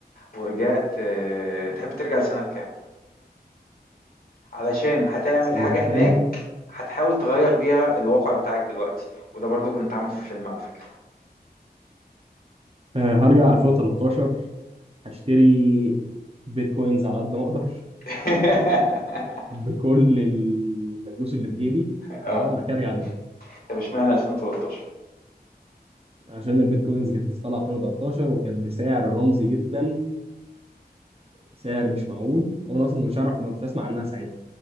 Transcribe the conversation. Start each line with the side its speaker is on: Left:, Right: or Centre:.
Left: ورجعت آآ، تحب ترجع لسنة كام؟ علشان هتعمل
Right: سنة
Left: حاجة هناك
Right: كام؟
Left: هتحاول تغيّر بيها الواقع بتاعك دلوقتي، وده برضه كان اتعمل في فيلم على فكرة.
Right: آه، هرجع 2013 هشتري بيتكوينز على قد ما اقدر
Left: <laughs>
Right: بكل ال- الفلوس اللي في جيبي
Left: آه،
Right: تمام بعد كده ارجع دلوقتي
Left: طب اشمعنى 2013؟
Right: عشان البيتكوينز كانت لسه طالعه 2013 وكانت بسعر رمزي جدا سعر مش معقول وانا اصلا ما كنتش اعرف ما كنتش اسمع عنها ساعتها